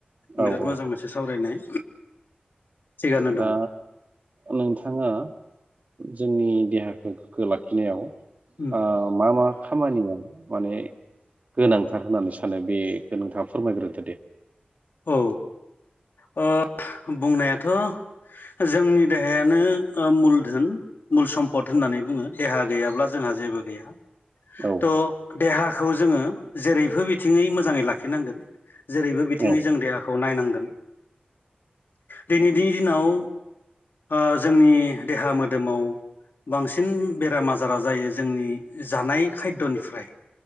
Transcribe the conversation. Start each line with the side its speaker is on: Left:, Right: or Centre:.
Right: औ
Left: बिराद
Right: औ
Left: मोजां मोनसे सावरायनाय थिगानो दं
Right: दा नोंथाङा जोंनि देहाखौ गोग्गो लाखिनायाव ओ
Left: उम
Right: मा मा खामानिया माने गोनांथार होननानै सानो बे नोंथाङा फोरमायग्रोदो दे।
Left: औ ओ बुंनायाथ' जोंनि देहायानो मुल धोन, मुल सम्पद होननानै बुङो देहा गैयाब्ला जोंहा जेबो गैया,
Right: औ
Left: थ देहाखौ जोङो जेरैबो बिथिङै मोजाङै लाखिनांगोन। जेरैबो बिथिङै
Right: औ
Left: जों देहाखौ नायनांगोन दिनैनि दिनाव ओ जोंनि देहा मोदोमाव बांसिन बेराम आजारा जायो जोंनि जानाय खायद'निफ्राय